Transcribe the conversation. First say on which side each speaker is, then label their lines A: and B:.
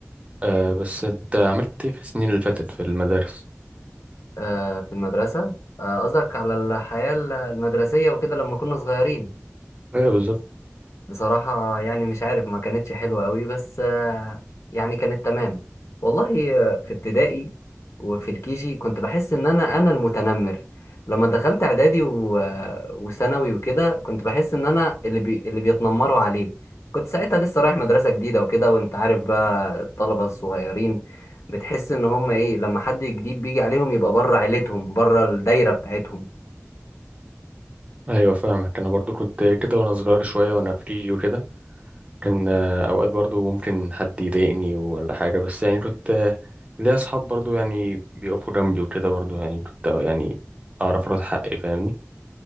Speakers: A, on the right; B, on the left.
A: آه بس انت عملت ايه في السنين اللي فاتت في المدارس؟
B: أه في المدرسه قصدك أه قصدك على الحياه المدرسيه وكده لما كنا صغيرين
A: ايوه بالظبط
B: بصراحة يعني مش عارف ما كانتش حلوة قوي بس آه، يعني كانت تمام والله آه، في ابتدائي وفي الكيجي كنت بحس ان انا انا المتنمر لما دخلت اعدادي و- آه، وثانوي وكده كنت بحس ان انا اللي بي... اللي بيتنمروا عليه كنت ساعتها لسه رايح مدرسة جديدة وكده وانت عارف بقى الطلبة الصغيرين بتحس ان هم ايه لما حد جديد بيجي عليهم يبقى بره عيلتهم بره الدايرة بتاعتهم
A: ايوه فاهمك انا برضه كنت كده وانا صغير شوية وانا في كيجي وكده كان آه، اوقات برضه ممكن حد يضايقني ولا حاجة بس يعني كنت آه، ليا اصحاب برضه يعني بيقفوا جنبي وكده برضه يعني كنت آه، يعني اعرف ارد حقي فاهمني؟